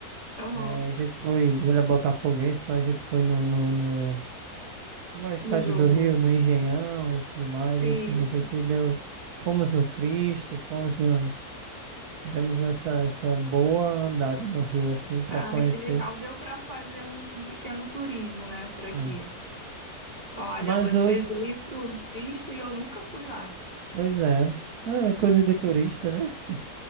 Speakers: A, on the right; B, on the right.
A: Aham.
B: eh, a gente foi, ele é botafoguense, então a gente foi no, no, no, como é o estádio
A: No jogo.
B: do Rio, no Engenhão e tudo mais,
A: Sim.
B: enfim, a gente deu, fomos no Cristo, fomos na, demos essa, essa boa andada no Rio, assim, para
A: Ah,
B: conhecer.
A: que legal. Deu para fazer um, um pequeno turismo, né, por aqui.
B: Ah,
A: Olha,
B: Mas
A: você
B: hoje,
A: veio pro Cristo e eu nunca fui lá.
B: Pois é. Ah, é coisa de turista, né?